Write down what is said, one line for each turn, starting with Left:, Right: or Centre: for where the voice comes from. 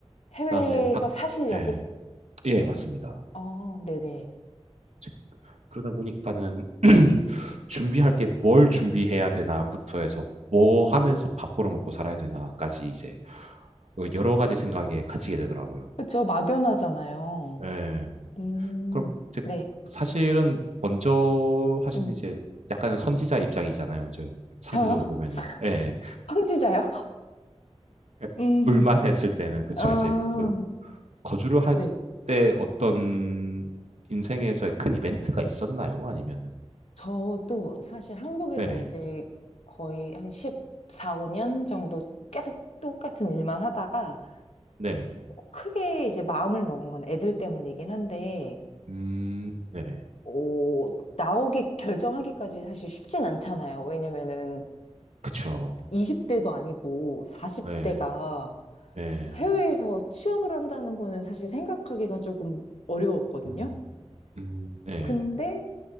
Left: 해외에서
Right: 그다음에 박
Left: 사시려고?
Right: 예, 예, 맞습니다.
Left: 어, 네네.
Right: 즉, 그러다 보니까는 <clears throat> 준비할 게 뭘 준비해야 되나부터 해서 뭐 하면서 밥 벌어먹고 살아야 되나까지 이제 어, 여러 가지 생각에 갇히게 되더라고요.
Left: 그쵸, 막연하잖아요.
Right: 예.
Left: 음,
Right: 그럼 이제
Left: 네.
Right: 사실은 먼저 하시는
Left: 음.
Right: 이제 약간 선지자 입장이잖아요. 저 상대적으로
Left: 저요?
Right: 보면은. 예. 예.
Left: 황지자요?
Right: 그러니까
Left: <laughs> 음,
Right: 둘만 했을 때는 그쵸.
Left: 아,
Right: 이제 그 거주를 할
Left: 네.
Right: 때 어떤 인생에서의 큰 이벤트가 있었나요? 아니면은
Left: 저도 사실 한국에서
Right: 네네.
Left: 이제 거의 한 14, 5년 정도 계속 똑같은 일만 하다가
Right: 네네.
Left: 크게 이제 마음을 먹은 건 애들 때문이긴 한데,
Right: 음, 네네.
Left: 오, 나오기, 결정하기까지 사실 쉽진 않잖아요. 왜냐면은
Right: 그쵸.
Left: 20대도 아니고 40대가
Right: 네. 네.
Left: 해외에서 취업을 한다는 거는 사실 생각하기가 조금 어려웠거든요.
Right: 음. 음, 네.
Left: 근데